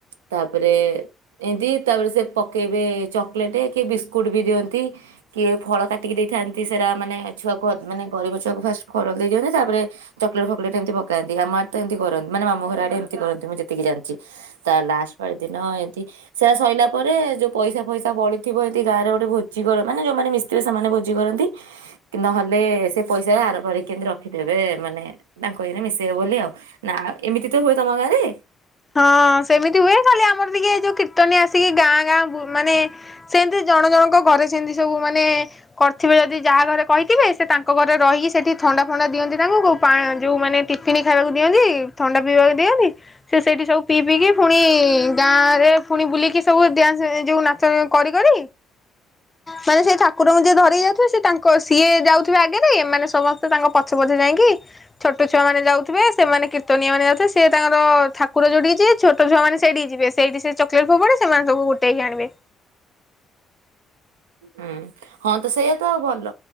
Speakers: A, on the right; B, on the left.
A: ତାପରେ ଏମିତି ତାପରେ ସେ ପକେଇବେ ଚକୋଲେଟ କିଏ ବିସ୍କୁଟ ବି ଦିଅନ୍ତି କିଏ ଫଳ କାଟିକି ଦେଇଥାନ୍ତି। ଏ ସାରା ମାନେ ଛୁଆ କୁ ମାନେ ଗରିବ ଛୁଆକୁ ଫାଷ୍ଟ୍ ଖରକେଇଦିଅନ୍ତି ତାପରେ ଚକ୍ଲେଟ୍ ଫକ୍ଲେଟ୍ ହେଇଥିବ। ଆମ ଆଡେତ ଏମତି କରନ୍ତି। ମାନେ ମାମୁଁ ଘର ଆଡେ ଏମତି କରନ୍ତି ମୁଁ ଯେତିକି ଜାଣିଛି। ତା ଲାଷ୍ଟ ପାଳି ଦିନ ଏମିତି ସେରା ସଇଲା ପରେ ଯୋଉ ପଇସା ଫଇସା ବଳିଥିବ। ଏମିତି ଗାଁ ରେ ଗୋଟେ ଭୋଜି କର ମାନେ ଯୋଉମାନେ ମିଶିଥିବେ ସେମାନେ ଭୋଜି କରନ୍ତି ନହେଲେ ସେ ପଇସା ଆର ଥରିକି କେମିତି ରଖିଥବେ ମାନେ ତାଙ୍କ ଏଇରେ ମିଶେଇବେ ବୋଲି ଆଉ। ନା ଏମିତି ତ ହୁଏ ତମ ଗାଁରେ।
B: ହଁ ସେମିତି ହୁଏ ଖାଲି ଆମର ଟିକେ ଯୋଉ କୀର୍ତନୀଆ ଆ ଆସିକି ଗାଁ ଗାଁ ଗୁ ମାନେ ସେନ୍ତି ଜଣ ଜଣଙ୍କ ଘରେ ସେମିତି ସବୁ ମାନେ କରିଥିବେ ଯଦି ଯାହା ଘରେ କହିଥିବେ ସେ ତାଙ୍କ ଘରେ ରହିକି ସେଠି ଥଣ୍ଡା ଫଣ୍ଡା ଦିଅନ୍ତି ତାଙ୍କୁ କୋଉ ଯୋଉ ମାନେ ଟିଫିନ ଖାଇବାକୁ ଦିଅନ୍ତି ଥଣ୍ଡା ପିଇବାକୁ ଦିଅନ୍ତି। ସେ ସେଇଠି ସବୁ ପିଇ ପିଇକି ପୁଣି ଗାଁରେ ପୁଣି ବୁଲିକି ସବୁ ଡ୍ୟାନ୍ସ ଯୋଉ ନାଚ କରି କରି ମାନେ ସେଇ ଠାକୁରଙ୍କୁ ଯିଏ ଧରିକି ଯାଉଥିବେ ସେ ତାଙ୍କ ସିଏ ଯାଉଥିବେ ଆଗରେ ଏମାନେ ସମସ୍ତେ ତାଙ୍କ ପଛେ ପଛେ ଯାଇକି ଛୋଟ ଛୁଆ ମାନେ ଯାଉଥିବେ ସେମାନେ କୀର୍ତ୍ତନି ମାନେ ଯାଉଥିବେ ସେ ତାଙ୍କର ଠାକୁର ଯୋଉଠିକି ଯିଏ ଛୋଟ ଛୁଆମାନେ ସେଇଠିକି ଯିବେ ସେଇଠିକି ଯିବେ ସେଇଠି ସେ ଚକ୍ଲେଟ୍ ଫୋବାଡେ ସେମାନେ ସବୁ ଗୋଟେଇକି ଆଣିବେ।
A: ହୁଁ ହଁ ତ ସେଇଆ ତ ଭଲ